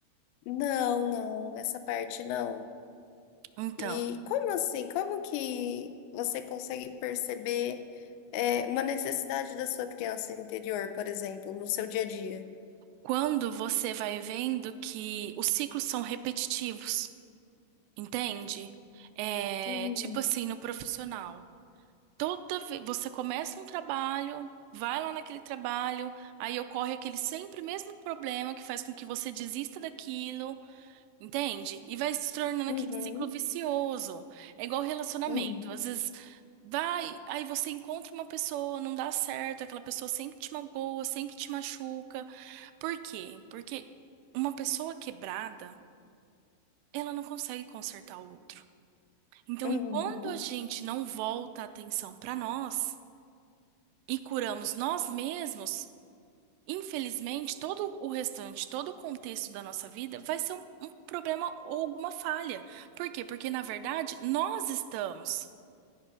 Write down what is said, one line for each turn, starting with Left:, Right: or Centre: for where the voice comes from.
Left: Não, não, essa parte não.
Right: Então,
Left: E como assim? Como que você consegue perceber é, uma necessidade da sua criança interior, por exemplo, no seu dia a dia?
Right: quando você vai vendo que os ciclos são repetitivos, entende? É,
Left: Uhum,
Right: tipo assim, no profissional. Toda vez você começa um trabalho, vai lá naquele trabalho, aí ocorre aquele sempre mesmo problema que faz com que você desista daquilo, entende? E vai se tornando
Left: uhum,
Right: aquele ciclo vicioso. É igual relacionamento.
Left: uhum,
Right: Às vezes vai, aí você encontra uma pessoa, não dá certo, aquela pessoa sempre te magoa, sempre te machuca. Por quê? Porque uma pessoa quebrada, ela não consegue consertar o outro. Então,
Left: uhum,
Right: enquanto a gente não volta a atenção para nós, e curamos nós mesmos, infelizmente, todo o restante, todo o contexto da nossa vida vai ser um, um problema ou alguma falha. Por quê? Porque, na verdade, nós estamos